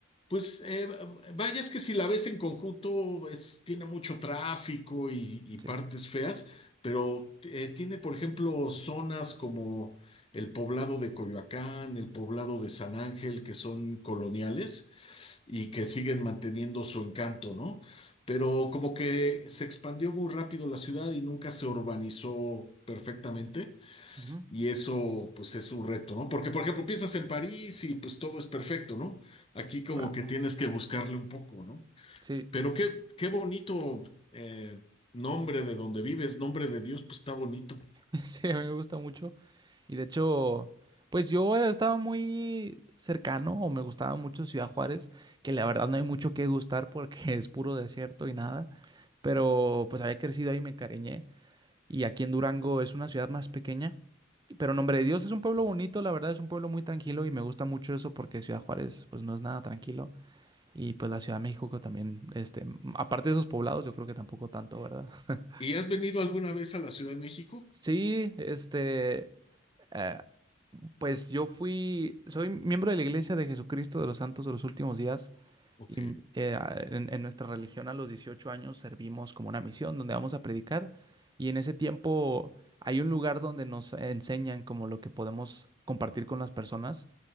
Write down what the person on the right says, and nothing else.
Sí.
Ujú,
claro.
Sí,
<laughs> sí, a mí me gusta mucho. Y de hecho, pues yo era- estaba muy cercano o me gustaba mucho Ciudad Juárez, que la verdad no hay mucho que gustar porque <laughs> es puro desierto y nada. Pero pues había crecido ahí y me encariñé. Y aquí en Durango es una ciudad más pequeña. Pero Nombre de Dios es un pueblo bonito, la verdad es un pueblo muy tranquilo y me gusta mucho eso porque Ciudad Juárez pues no es nada tranquilo y pues la Ciudad de México que también, este, m- aparte de esos poblados yo creo que tampoco tanto, ¿verdad? <laughs>
Sí, este, eh, pues yo fui, soy miembro de la Iglesia de Jesucristo de los Santos de los Últimos Días
Y mm, eh, a- en, en nuestra religión a los 18 años servimos como una misión donde vamos a predicar y en ese tiempo hay un lugar donde nos enseñan como lo que podemos compartir con las personas